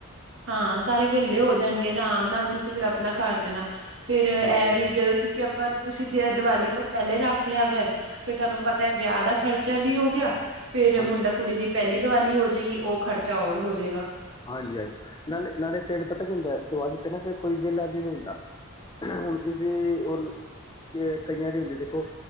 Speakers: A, on the right; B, on the left.
A: ਹਾਂ ਸਾਰੇ ਵਿਹਲੇ ਹੋ ਜਾਨਗੇ ਆਰਾਮ ਨਾਲ, ਤੁਸੀਂ ਫਿਰ ਅਪਨਾ ਕਰ ਲੈਨਾ ਫੇਰ ਐ
B: ਹਾਂਜੀ
A: ਵੀ ਜਦੋਂ ਕਿਉਂਕਿ ਆਪਾਂ ਤੁਸੀਂ ਦੀਵਾਲੀ ਤੋਂ ਪਹਿਲੇ ਰੱਖ ਲਿਆ ਅਗਰ ਫੇਰ ਤੁਹਾਨੂੰ ਪਤਾ ਐ ਵਿਆਹ ਦਾ ਖਰਚ ਖਰਚਾ ਵੀ ਹੋ ਗਿਆ, ਫੇਰ
B: ਹਾਂ
A: ਮੁੰਡਾ ਕੁੜੀ ਦੀ ਪਹਿਲੀ ਦੀਵਾਲੀ ਹੋ ਜੇਗੀ, ਓ ਖ਼ਰਚਾ ਹੋਰ ਹੋ ਜੇਗਾ।
B: ਹਾਂਜੀ-ਹਾਂਜੀ, ਨਾਲੇ, ਨਾਲੇ ਫ਼ਿਰ ਪਤਾ ਕੀ ਹੁੰਦਾ? ਦੀਵਾਲੀ ਤੇ ਨਾ ਫਿਰ ਕੋਈ ਵੇਲਾ ਵੀ ਨੀ ਹੁੰਦਾ। ਹੁਨ ਕਿਸੀੇ ਔਰ ਕਈਆਂ ਦੇ ਹੁੰਦੇ ਦੇਖੋ